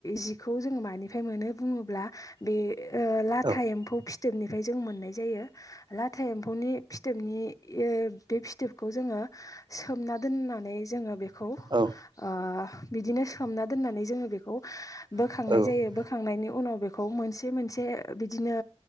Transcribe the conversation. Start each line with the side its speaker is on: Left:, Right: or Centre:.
Left: जिखौ जोङो मानिफ्राय मोनो बुङोब्ला बे ओ-लाथा
Right: औ
Left: एम्फौ फिथोबनिफ्राय जों मोननाय जायो लाथा एम्फौनि फिथोबनि बे फिथोबखौ जोङो सोमना नानै जोङो बेखौ ओ-
Right: औ
Left: बिदिनो सोमना दोननानै जोङ बेखौ बोखांनाय
Right: औ
Left: जायो
Right: औ नंगौ
Left: बोखांनायनि उनाव बे खौ मोनसे मोनसे बिदिनो